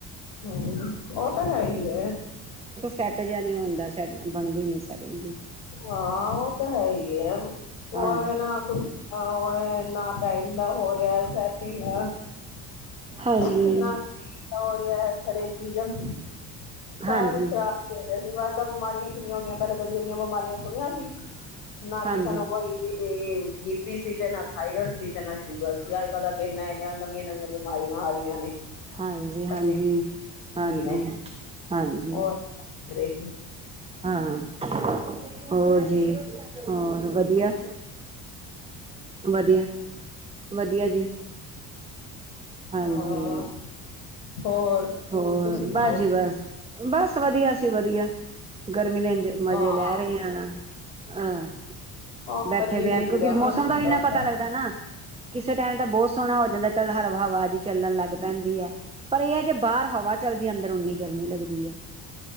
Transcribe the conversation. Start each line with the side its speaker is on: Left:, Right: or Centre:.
Left: ਹੂੰ, ਉਹ ਤਾਂ ਹੈ ਹੀ ਏ।
Right: ਸੈਟ ਜਿਹਾ ਨਹੀਂ ਹੁੰਦਾ ਸੈਟ ਬਣਦੀ ਨਹੀਂ ਸੈਟਿੰਗ ਜੀ,
Left: ਹਾਂ ਉਹ ਤਾਂ ਹੈ ਹੀ ਏ <unintelligible> <unintelligible>
Right: ਹਾਂ
Left: ਟਾਈਮ ਦਾ ਹੋ ਰਿਹਾ ਸੈਟਿੰਗ, ਆ,
Right: ਹਾਂਜੀ
Left: <unintelligible> <unintelligible> ਸਾਰਾ
Right: ਹਾਂਜੀ
Left: ਕੁੱਛ ਖ਼ਰਾਬ ਹੋ, ਤੇ ਅਸੀਂ ਅੱਜ ਕਲ ਬਿਮਾਰੀਆਂ ਕਿਨੀਆਂ ਹੁੰਦੀਆਂ ਪਹਿਲੇ ਕਦੀ ਐਨੀਆ ਬਿਮਾਰੀਆਂ ਸੁਣਿਆਂ ਸੀ। ਨਾ
Right: ਹਾਂਜੀ
Left: ਕਿ ਸਾਨੂੰ ਕੋਈ, ਤੇ ਬੀ ਪੀ ਸੀ ਤੇ ਨਾ ਥਾਈਰੋਇਡ ਸੀ ਤੇ ਨਾ ਸ਼ੂਗਰ ਸੀ ਅੱਜ ਕੱਲ੍ਹ ਇਹ ਇਨੀਆ ਨਵੀਆਂ-ਨਵੀਆਂ, ਬਿਮਾਰੀਆਂ ਆ ਗਈਆਂ ਨੇ,
Right: ਹਾਂਜੀ
Left: ਪਤਾ
Right: ਹਾਂਜੀ
Left: ਹੀ ਕੀ
Right: ਹਾਂਜੀ
Left: ਨੇ
Right: ਹਾਂਜੀ
Left: ਉਹ ਕਰੇਗੀ
Right: ਹਾਂ, ਹੋਰ ਜੀ, ਹੋਰ ਵਧੀਆ ਵਧੀਆ ਵਧੀਆ ਜੀ, ਹਾਂਜੀ,
Left: ਹਾਂ
Right: <unintelligible>
Left: ਹੋਰ ਤੁਸੀਂ ਸੁਣਾਓ
Right: ਮਿਨਜ ਮਜ਼ੇ
Left: ਹਾਂ
Right: ਲੈ ਰਹੇ ਹਾਂ। ਹਾਂ।
Left: ਹਾਂ
Right: ਬੈਠੇ
Left: ਗਰਮੀ
Right: ਪਏ
Left: ਨੇ ਬੁਰਾ
Right: ਕਿਉਂਕਿ ਮੌਸਮ
Left: ਹਾਲ ਕੀਤਾ
Right: ਦਾ ਵੀ ਇੰਨਾ
Left: ਹੋਇਆ
Right: ਪਤਾ ਲੱਗਦਾ ਨਾ ਕਿਸ ਟਾਇਮ ਬਹੁਤ ਸੋਹਣਾ ਹੋ ਜਾਂਦਾ। ਚੱਲ ਹਰ ਹਵਾ ਜੀ ਚੱਲਣ ਲੱਗ ਪੈਂਦੀ ਹੈ ਪਰ ਇਹ ਜੇ ਪਾਰ। ਹਵਾ ਚਲਦੀ ਅੰਦਰ ਉਨੀ ਗਰਮੀ ਲੱਗਦੀ ਹੈ